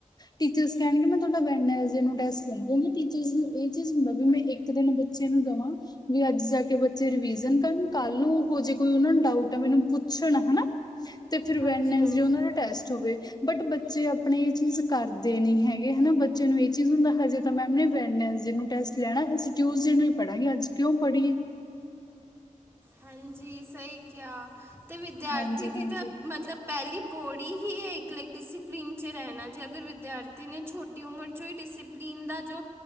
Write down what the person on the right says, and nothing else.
ਹਾਂਜੀ
ਹਾਂਜੀ
ਹਾਂਜੀ ਸਹੀ ਕਿਆ ਤੇ ਵਿਦਿਆਰਥੀ
ਦੀ
ਤਾਂ ਮਤਲਬ ਪਹਿਲੀ ਪੌੜੀ ਹੀ ਇੱਕ ਅਲਗ ਡਿਸਪਲਿਨ 'ਚ ਰਹਿਣਾ ਜੇ ਅਗਰ ਵਿਦਿਆਰਥੀ ਨੇ ਛੋਟੀ ਉਮਰ 'ਚ ਚੋ ਈ ਡਿਸਪਲੀਨ ਦਾ ਜੋ